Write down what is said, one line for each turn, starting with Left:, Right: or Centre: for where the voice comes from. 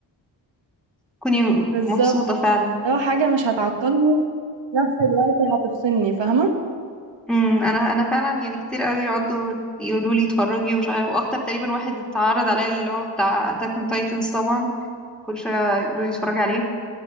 Centre: وكوني
Right: بالظبط
Centre: مبسوطة فعلا
Right: لو حاجة مش هتعطلني في نفس الوقت هتفصلني فاهمة
Centre: امم انا انا فعلا يعني كتير قوي يقعدوا يقولوا لي اتفرجي ومش عارف واكتر تقريبا واحد اتعرض عليا اللي هو بتاع اتاك اون تايتنز طبعا كل شوية يقولوا لي اتفرجي عليه